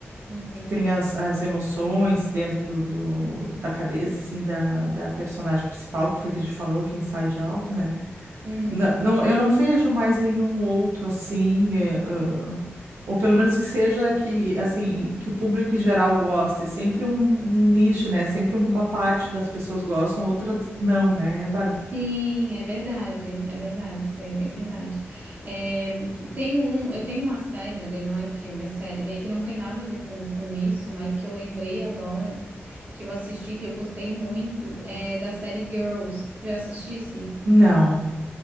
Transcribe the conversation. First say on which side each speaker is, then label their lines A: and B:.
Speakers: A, on the right; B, on the right.
A: Uhum,
B: Que tem as, as emoções dentro do, do- da cabeça, assim, da, da personagem principal, que foi que a gente falou, que é Inside Out, né?
A: uhum.
B: Não, não- eu não vejo mais nenhum outro, assim, é, ãh, ou pelo menos que seja que, assim, que o público em geral gosta. É sempre um, um nicho, né? Sempre uma parte das pessoas gostam, outras não, né, Bárbara?
A: Sim, é verdade, é verdade, isso aí é bem verdade. É, tem um, eu tenho uma série, mas daí não é filme, é série, né? Que não tem nada a ver com, com isso, mas que eu lembrei agora. que eu assisti, que eu gostei muito, é da série Girls. Já assistisse?
B: Não.